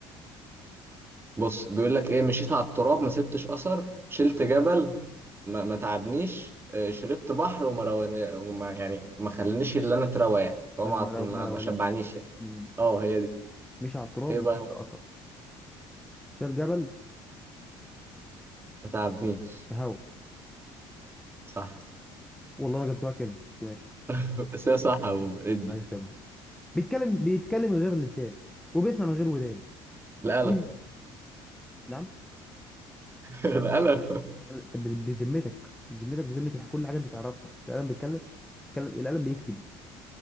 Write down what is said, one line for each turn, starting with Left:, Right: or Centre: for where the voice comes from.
Right: بص بيقول لك ايه مشيت على التراب ما سبتش اثر شلت جبل ما, ما تعبنيش آه، شربت بحر وما, رواني... وما يعني ما خلانيش اللي انا اتروى يعني هو
Centre: ما
Right: ما
Centre: ما-
Right: ما
Centre: ما روانيش
Right: ما شبعنيش يعني
Centre: مم.
Right: اه هي دي
Centre: مشي على التراب
Right: ايه بقى
Centre: مسافه
Right: هو
Centre: اثر شال جبل
Right: ما تعبنيش
Centre: هوا
Right: صح
Centre: والله انا جبتها كده بس ماشي
Right: <laughs> بس هي صح هو القلم
Centre: اي خدمه بيتكلم بيتكلم من غير لسان وبيسمع من غير ودان
Right: <laughs>
Centre: مم. نعم
Right: القلم
Centre: ب- بذمتك بذمتك بذمتي كل حاجه انت تعرفها القلم بيتكلم بيتكلم- القلم بيكتب